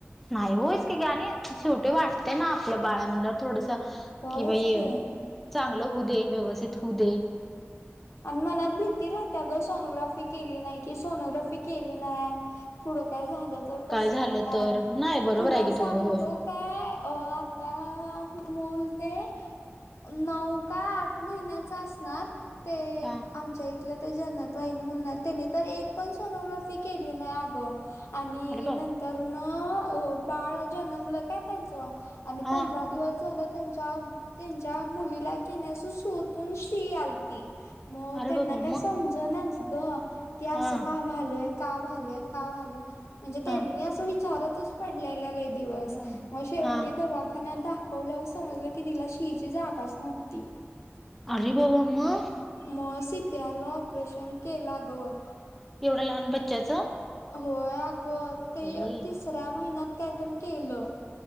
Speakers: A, in the centre; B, on the left.
A: नाही, होयच की ग आणि शेवटी वाटतंय ना आप आपलं बाळ हाय म्हणल्यावर थोडस
B: होयच
A: कि बाई
B: की
A: चांगलं होऊ दे, व्यवस्थित होऊ दे
B: आणि मनात भीती राहत्या ग सोनोग्राफी केली नाही, की सोनोग्राफी केली नाही. पुढं काय झालं तर कस
A: झालं
B: काय?
A: तर नाही बरोबर
B: तुला
A: आहे की
B: सांगतो
A: तुझं होय
B: ते अ आता अ मूल ते नऊ का आठ महिन्याच असणार, ते
A: हा
B: आमच्या इथ इथल्या त्या जन्नत वहिनी म्हणून आहेत, त्यांनी तर एक पण सोनोग्राफी केली नाही आग! आणि
A: अरे बाबा
B: नंतर न हे बाळ जन्मलं काय त्यांचं? आणि
A: हा
B: पंधरा दिवस झालं, त्यांच्या त्यांच्या मुलीला कि नाही शू तून शी याल ती, मग
A: अरे
B: त्यांना
A: बाबा
B: काय
A: मग
B: समजनाच ग! की अस
A: हा
B: काय का झालंय? का व्हालंय, का व्हालंय म्हणजे
A: हा
B: त्यांनी अस विचारतच पडलेल्या लई त्या दिवस,
A: हा
B: मग शेवटी
A: हा
B: दवाखान्यात दाखव खवल्यावर समजलं की, तिला शी ची जागाच नव्हती.
A: आरे देवा! मग
B: म सीपीआर ला ऑपरेशन केलं आगं.
A: एवढ्या लहान बच्च्याचं?
B: होय आगं, ते
A: बाई
B: तिसऱ्या महिन्यात कायतरी केलं.